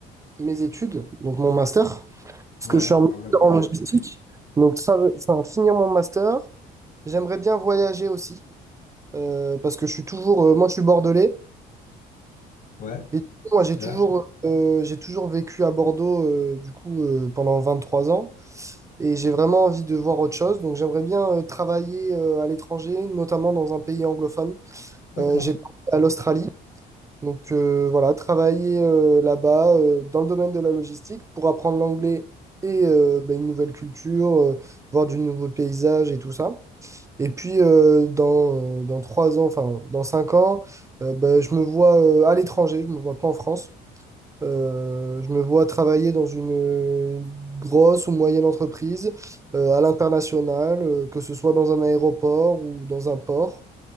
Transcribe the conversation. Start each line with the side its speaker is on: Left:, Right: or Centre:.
Right: mes études, donc mon master, parce
Left: Ouais,
Right: que je suis en master
Left: ouais, ouais, ouais,
Right: en logistique,
Left: ouais.
Right: donc ça, veut- enfin, finir mon master, j'aimerais bien voyager aussi, euh, parce que je suis toujours, euh, moi je suis bordelais,
Left: Ouais,
Right: et du coup, moi
Left: super,
Right: j'ai toujours, euh, j'ai toujours vécu à Bordeaux, euh, du coup, euh, pendant trois ans. Et j'ai vraiment envie de voir autre chose. Donc j'aimerais bien euh, travailler euh, à l'étranger, notamment dans un pays anglophone.
Left: d'accord.
Right: Euh, j'ai pensé à l'Australie. Donc euh, voilà, travailler euh, là-bas euh, dans le domaine de la logistique pour apprendre l'anglais et euh, bah, une nouvelle culture, euh, voir du nouveau paysage et tout ça. Et puis euh, dans, euh, dans trois ans, enfin dans cinq ans, euh, bah, je me vois euh, à l'étranger, je ne me vois pas en France. Euh, je me vois travailler dans une, une grosse ou moyenne entreprise euh, à l'international, euh, que ce soit dans un aéroport ou dans un port,